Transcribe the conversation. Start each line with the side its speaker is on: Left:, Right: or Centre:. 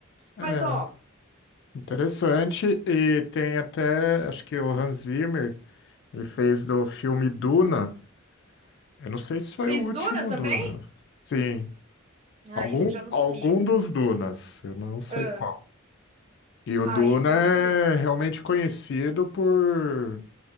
Left: É
Right: Mas ó,
Left: interessante e tem até, acho que o Hans Zimmer, ele fez do filme Duna. Eu não sei se foi
Right: fez
Left: o último
Right: Duna também?
Left: Duna. Sim,
Right: Ah,
Left: algum
Right: isso eu já não
Left: algum
Right: sabia.
Left: dos Dunas, eu não sei
Right: Ah,
Left: qual. E o
Right: ah,
Left: Duna
Right: isso eu
Left: é
Right: não sabia.
Left: realmente conhecido por